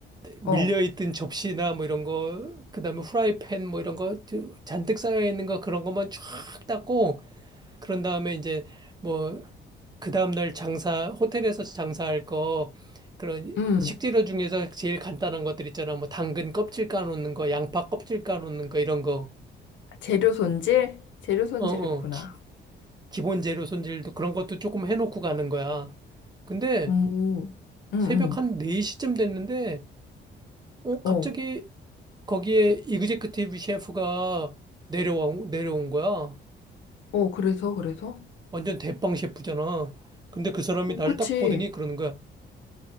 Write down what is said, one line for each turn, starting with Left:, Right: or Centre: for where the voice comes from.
Right: 밀려있던
Left: 어,
Right: 접시나 뭐 이런 거, 그다음에 후라이팬 뭐 이런 거 잔뜩 쌓여 있는 거 그런 것만 쫙 닦고 그런 다음에 이제 뭐 그다음 날 장사 호텔에서 장사할 거 그런
Left: 음.
Right: 식재료 중에서 제일 간단한 것들 있잖아. 뭐 당근 껍질 까놓는 거, 양파 껍질 까놓는 거 이런 거.
Left: 재료 손질? 재료 손질했구나.
Right: 어, 어. 기, 기본 재료 손질도 그런 것도 조금 해놓고 가는 거야. 근데
Left: 음, 음, 음.
Right: 새벽 한 4시쯤 됐는데 어
Left: 어,
Right: 갑자기 거기에 이그제큐티브 셰프가 내려온, 내려온 거야.
Left: 어, 그래서, 그래서?
Right: 완전 대빵 셰프잖아. 근데 그 사람이
Left: 어,
Right: 나를
Left: 그치.
Right: 딱 보더니 그러는 거야.